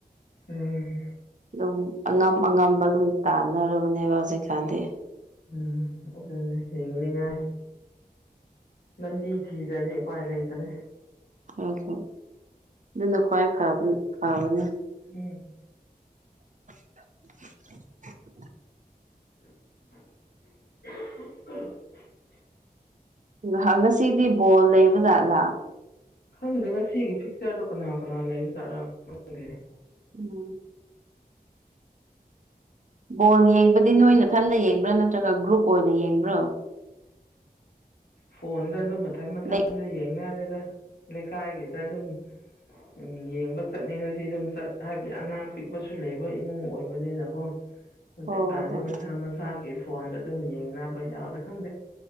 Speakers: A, on the left (about 80°); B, on the right (about 50°).
A: ꯎꯝ
B: ꯑꯗꯨꯝ ꯑꯉꯝ ꯑꯉꯝꯕ ꯑꯗꯨꯝ ꯇꯥꯟꯅꯔꯕꯅꯦꯕ ꯍꯧꯖꯤꯛꯀꯥꯟꯗꯤ
A: ꯎꯝ ꯑꯗꯨꯅꯦ ꯍꯤꯡꯅꯤꯉꯥꯏ ꯂꯝꯕꯤ ꯊꯤꯗ꯭ꯔꯗꯤ ꯎꯄꯥꯏ ꯂꯩꯇ꯭ꯔꯦ
B: ꯑꯣ ꯍꯣ ꯑꯗꯨꯅ ꯈ꯭ꯋꯥꯏꯕ ꯐꯥꯕꯅꯦ
A: ꯎꯝ
B: <inaudible>
A: <inaudible>
B: ꯉꯍ ꯉꯁꯤꯗꯤ ꯕꯣꯜ ꯂꯩꯕ ꯖꯥꯠꯂꯥ
A: ꯈꯪꯗꯦ ꯉꯁꯤꯒꯤ ꯐꯤꯛꯆꯔꯗꯣ ꯀꯅꯥ ꯀꯅꯥ ꯂꯩꯕꯖꯥꯠꯔꯥ ꯈꯪꯗꯦꯅꯦ
B: ꯎꯝ ꯕꯣꯜ ꯌꯦꯡꯕꯗꯤ ꯅꯣꯏꯅꯊꯟꯗ ꯌꯦꯡꯕ꯭ꯔꯥ ꯅꯠꯇ꯭ꯔꯒ ꯒ꯭ꯔꯨꯞ ꯑꯣꯏꯅ ꯌꯦꯡꯕ꯭ꯔꯣ
A: ꯐꯣꯟꯗ ꯑꯗꯨꯝ ꯃꯊꯟ ꯃꯊꯟꯗ
B: ꯂꯩ
A: ꯌꯦꯡꯅꯔꯦꯗ ꯂꯩꯀꯥꯏꯒꯤꯗ ꯑꯗꯨꯝ ꯎꯝ ꯌꯦꯡꯕ ꯆꯠꯅꯤꯡꯉꯗꯤ ꯑꯗꯨꯝ ꯆꯠ ꯍꯥꯏꯕꯗꯤ ꯑꯉꯥꯡ ꯄꯤꯛꯄꯁꯨ ꯂꯩꯕ ꯏꯃꯨꯡ ꯑꯣꯏꯕꯅꯤꯅꯀꯣ
B: <inaudible>
A: ꯍꯧꯖꯤꯛꯀꯥꯟꯗꯤ
B: ꯍꯣꯏ
A: ꯃꯁꯥ ꯃꯁꯥꯒꯤ ꯐꯣꯟꯗ ꯑꯗꯨꯝ ꯌꯦꯡꯅꯕ ꯌꯥꯎꯔꯦ ꯈꯪꯗꯦ